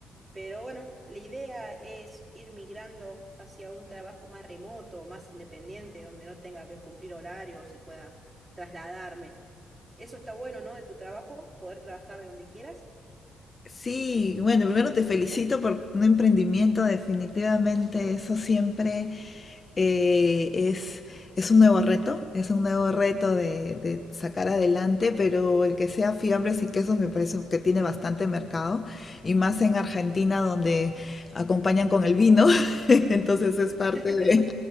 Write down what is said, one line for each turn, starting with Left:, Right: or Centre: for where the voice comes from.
Right: pero bueno, la idea es ir migrando hacia un trabajo más remoto, más independiente, donde no tenga que cumplir horarios y pueda trasladarme. Eso está bueno, ¿no? De tu trabajo, poder trabajar de donde quieras.
Left: Sí, bueno, primero te felicito por un emprendimiento, definitivamente eso siempre eh, es, es un nuevo reto, es un nuevo reto de, de sacar adelante, pero el que sea fiambres y quesos me parece que tiene bastante mercado, y más en Argentina donde acompañan con el vino, <laughs> entonces es parte
Right: <laughs>
Left: de,